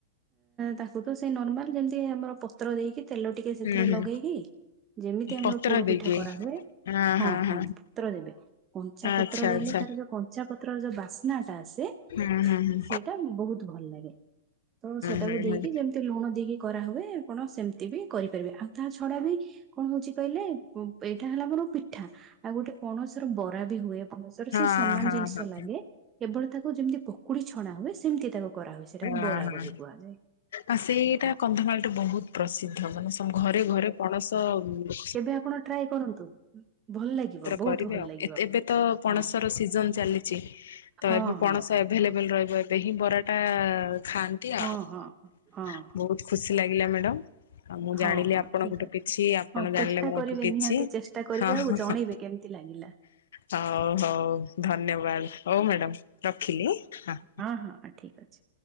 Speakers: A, on the right; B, on the left.
A: ତାକୁ ତ ସେ ନର୍ମାଲ ଯେମ୍ତି ଆମର ପତ୍ର ଦେଇକି ତେଲ <unintelligible> ଟିକେ ସେଥିରେ
B: ହୁଁ ହୁଁ
A: ଲଗେଇକି ଯେମିତି ଆମର
B: ପତ୍ର
A: ପୋଡ଼
B: ଦେଇକି
A: ପିଠା କରାହୁଏ,
B: ହଁ
A: ହଁ-ହଁ
B: ହଁ ହଁ
A: ପତ୍ର ଦେବେ କଞ୍ଚା
B: ଆଚ୍ଛା
A: ପତ୍ର ଦେଲେ
B: ଆଚ୍ଛା
A: ତାର ଯୋଉ କଞ୍ଚା ପତ୍ରର ଯୋଉ ବାସ୍ନାଟା ଆସେ ସେଇଟା
B: ହୁଁ ହୁଁ ହୁଁ
A: ବହୁତ୍ ଭଲ ଲାଗେ, ତ ସେଟାକୁ
B: ହୁଁ ହୁଁ
A: ଦେଇକି
B: ହୁଁ
A: ଯେମି ତି ଲୁଣ ଦେଇକି କରାହୁଏ ଆପଣ ସେମ୍ତି ବି କରିପାରିବେ, ଆଉ ତା ଛଡ଼ା ବି କଣ ହଉଚି କହିଲେ ଏଇଟା ହେଲା ଆମର ପିଠା ଆଉ ଗୋଟେ ପଣସର ବରା ବି ହୁଏ ପଣସର
B: ହଁ
A: ସେଇ ସମାନ
B: ହଁ
A: ଜିନିଷ
B: ହଁ
A: ଲାଗେ କେବଳ ତାକୁ ଯେମ୍ତି ପ ପକୁଡ଼ି ଛଣା ହୁଏ ସେମ୍ତି ତାକୁ କରାହୁଏ
B: ହଁ
A: ସେଟାକୁ ବରା
B: ହଁ
A: ବୋଲି କୁହାଯାଏ।
B: ଆଉ ସେଇଟା
A: ହଁ
B: କନ୍ଧମାଳରେ ବହୁତ୍ ପ୍ରସିଦ୍ଧ ମାନେ <unintelligible> ଘରେ-ଘରେ ପଣସ ଆଉ।
A: ଏବେ ଆପଣ ଟ୍ରାଏ କରନ୍ତୁ ଭଲ ଲାଗିବ। ବହୁତ
B: କରିବି
A: ଭଲ
B: ଆଉ
A: ଲାଗିବ
B: ଏବେ ତ ପଣସର
A: ହଁ
B: ସିଜନ୍ ଚାଲିଚି ତ
A: ହଁ
B: ଏବେ ପଣସ
A: ହଁ ହଁ
B: <unintelligible>
A: ହଁ
B: ରହିବ ଏବେ ହିଁ ବରାଟା ଖାଆନ୍ତି ଆଉ
A: ହଁ
B: <unintelligible>
A: ହଁ ହଁ ହଁ
B: ଖୁସି ଲାଗିଲା ମ୍ୟାଡ଼ମ୍। ଆଉ ମୁଁ
A: ହଁ
B: ଜାଣିଲି
A: ହଁ
B: ଆପଣଙ୍କଠୁ
A: ଠିକ ଅଛି
B: କିଛି ଆପଣ
A: ହଁ
B: ଜାଣିଲେ
A: ଚେଷ୍ଟା
B: ମୋ
A: କରିବେ
B: ଠୁ କିଛି,
A: ନିହାତି ଚେଷ୍ଟା କରିବେ
B: ହଁ-ହଁ।
A: ଆଉ ଜଣେଇବେ କେମିତି ଲାଗିଲା
B: ହଉ-ହଉ ଧନ୍ୟବାଦ ହଉ ମ୍ୟାଡ଼ମ୍ ରଖିଲି ହଁ।
A: ହଁ-ହଁ ଠିକ୍ ଅଛି।